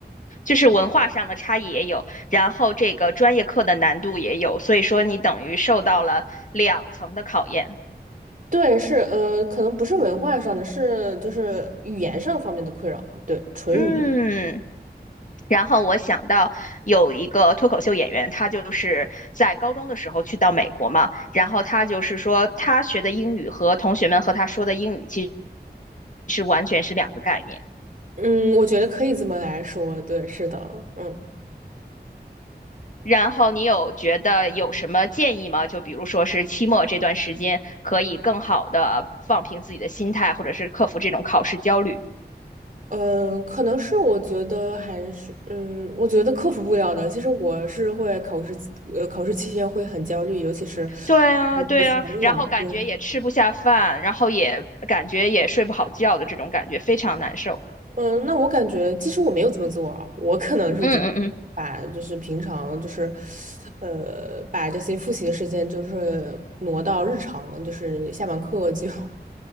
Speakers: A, on the left; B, on the right.
A: 就是文化上的差异也有，然后这个专业课的难度也有，所以说你等于受到了两层的考验，
B: 对，是呃，可能不是文化上的，是就是语言上方面的困扰，对，纯语言。
A: 嗯。然后我想到有一个脱口秀演员，他就是在高中的时候去到美国嘛，然后他就是说他学的英语和同学们和他说的英语其实是完全是两个概念。
B: 嗯，我觉得可以这么来说，对，是的，嗯。
A: 然后你有觉得有什么建议吗？就比如说是期末这段时间可以更好的放平自己的心态，或者是克服这种考试焦虑。
B: 嗯，可能是我觉得还是嗯，我觉得克服不了的。其实我是会考试呃，考试期间会很焦虑，尤其是
A: 对啊，
B: 呃考前一两天。
A: 对啊，然后感觉也吃不下饭，然后也感觉也睡不好觉的这种感觉，非常难受。
B: 嗯，那我感觉其实我没有这么做啊，我可能是觉得把就是平常就是
A: 嗯嗯嗯。
B: 呃把这些复习的时间就是挪到日常，就是下完课就 <laughs>。